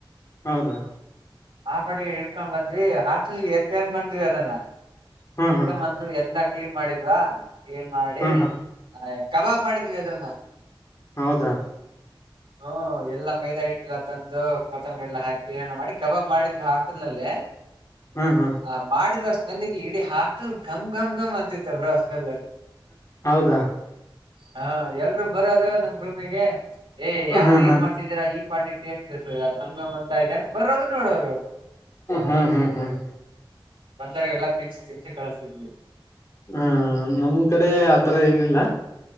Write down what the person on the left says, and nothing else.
ಹೌದಾ
ಹ್ಮ್
ಹ್ಮ್
ಹ್ಮ್ ಹ್ಮ್
ಹೌದಾ
ಹ್ಮ್ ಹ್ಮ್
ಹೌದಾ
ಹ್ಮ್
ಹ್ಮ್
ಹ್ಮ್ ಹ್ಮ್ ಹ್ಮ್
ಹಾ ನಮ್ ಕಡೆ ಆತರ ಏನಿಲ್ಲ